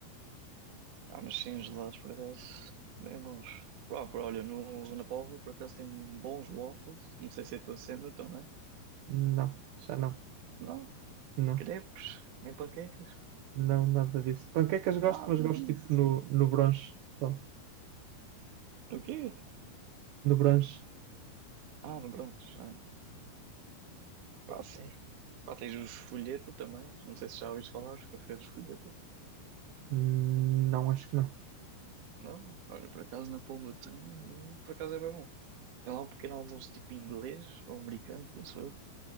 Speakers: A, on the right; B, on the right.
A: Ah, mas sim, os gelados, por acaso, bem bons. Pá, pá, olha, no, na Póvoa, por acaso, tem bons waffles. Não sei se é a tua cena também.
B: Não, já não.
A: Não?
B: Não.
A: Crepes? Nem panquecas?
B: Não, nada disso. Panquecas
A: Nada
B: gosto, mas gosto
A: disso.
B: tipo no, no brunch só.
A: O quê?
B: No brunch,
A: Ah, no Brandos. Ah, então. pá, sim. Pá, tens os folheta também. Não sei se já ouviste falar, os cafés de folheta.
B: hum, não acho que não.
A: Não? Olha, por acaso, na Póvoa tem e por acaso é bem bom. Tem lá um pequeno almoço tipo inglês ou americano, penso eu.